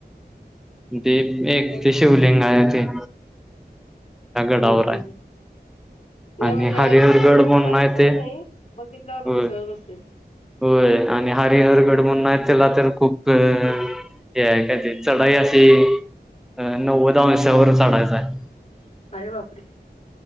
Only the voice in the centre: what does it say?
ते एक
ते शिवलिंग आहे ते गडावर
आहे
आणि
हरिहरगड
म्हणून आहे
ते
होय
होय आणि हरिहरगड म्हण नाही त्याला तर खूप हे काय ते चढाई अस. ते नव्वदा अंशावरर चढायचं आहे.